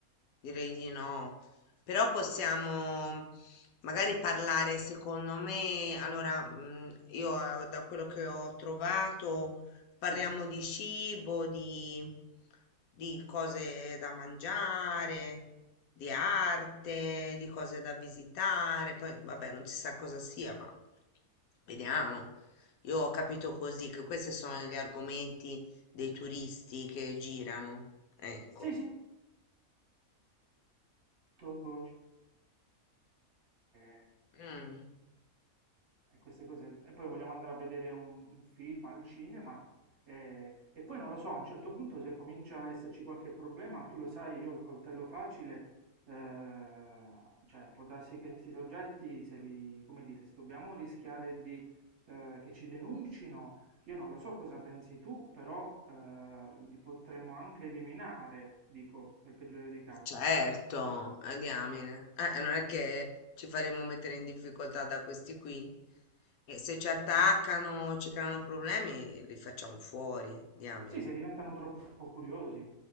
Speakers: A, on the left; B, on the right.
A: direi di no. Però possiamo magari parlare, secondo me, allora, mm, io eh, da quello che ho trovato, parliamo
B: Sì,
A: di cibo, di, di cose da mangiare, di arte, di cose da visitare. Poi, vabbè, non si sa cosa sia, ma vediamo. Io ho capito così che questi sono gli argomenti dei turisti che girano. Ecco,
B: sì, sì, tutto e
A: mm,
B: e queste cose. E poi vogliamo andare a vedere un, un film al cinema. eh, E, poi non lo so, a un certo punto se comincia a esserci qualche problema, tu lo sai, io ho il coltello facile, eh, cioè può darsi che questi soggetti, se li, come dire, se dobbiamo rischiare di, eh, che ci denuncino, io non lo so cosa pensi tu, però eh, li potremmo anche eliminare, dico, nel peggiore dei casi.
A: certo, a diamine. Eh, non è che ci faremo mettere in difficoltà da questi qui. E se ci attaccano, ci creano problemi, li facciamo fuori, diamine.
B: Sì, se diventano troppo curiosi.